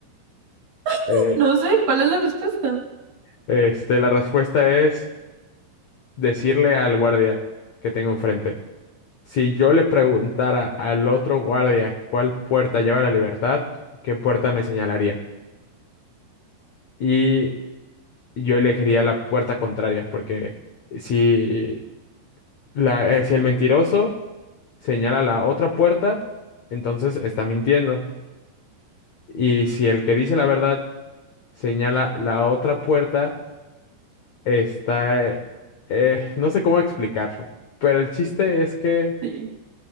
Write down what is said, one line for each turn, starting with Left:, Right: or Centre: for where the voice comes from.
Right: <laughs>
Left: eh,
Right: No sé, ¿cuál es la respuesta?
Left: este, la respuesta es decirle al guardia que tengo enfrente. Si yo le preguntara al otro guardia cuál puerta lleva a la libertad, ¿qué puerta me señalaría? y yo elegiría la puerta contraria, porque si, la, eh, si el mentiroso señala la otra puerta, entonces está mintiendo. Y si el que dice la verdad señala la otra puerta, está... eh, eh, no sé cómo explicarlo, pero el chiste es que...
Right: Sí.